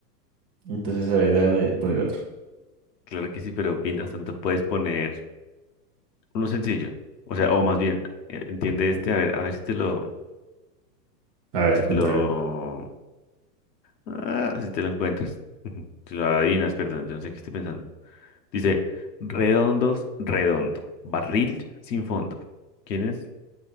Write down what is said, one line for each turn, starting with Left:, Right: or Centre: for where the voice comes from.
Right: entonces, a ver, déjame poner otro.
Left: Claro que sí, pero mientras tanto puedes poner uno sencillo. O sea, o más bien, eh, entiende este, a ver, a ver si te lo.
Right: A ver,
Left: Si
Right: cuéntamelo.
Left: te lo... Ah, si te lo encuentras. <laughs> Si lo adivinas, perdón, yo no sé qué estoy pensando. Dice, redondos, redondo, barril sin fondo. ¿Quién es?